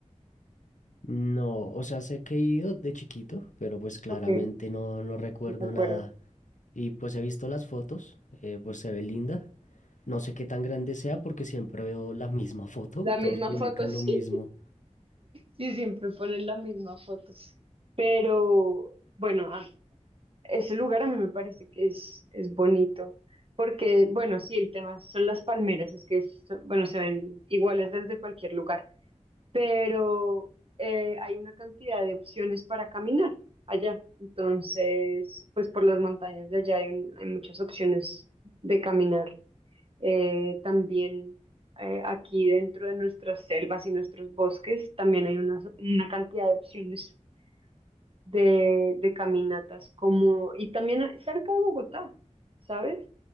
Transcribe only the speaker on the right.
Ok,
no te acuerdo.
La misma
foto, <laughs> sí,
sí, siempre ponen la misma foto. Pero bueno, a- ese lugar a mí me parece que es, es bonito, porque bueno, sí, el tema son las palmeras, es que, es- bueno, se ven iguales desde cualquier lugar. pero eh, hay una cantidad de opciones para caminar allá. Entonces, pues por las montañas de allá hay, un- hay muchas opciones de caminar. Eh, también eh, aquí dentro de nuestras selvas y nuestros bosques, también hay una, una cantidad de opciones de, de caminatas, como, y también a- cerca de Bogotá, ¿sabes?